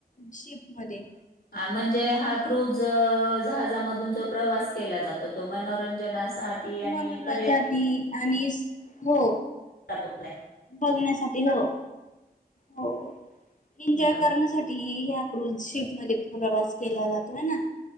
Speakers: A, on the left; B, on the left.
A: शिप मध्ये.
B: म्हणजे हा क्रुज जहाजमध जो प्रवास केला जातो तो मनोरंजना सा आणि
A: मनोरंजासाठी
B: परय
A: आणि हो
B: <inaudible>
A: बघण्यासाठी हो हो एन्जॉय
B: बर
A: करण्यासाठी. म प्रवास केला जातोय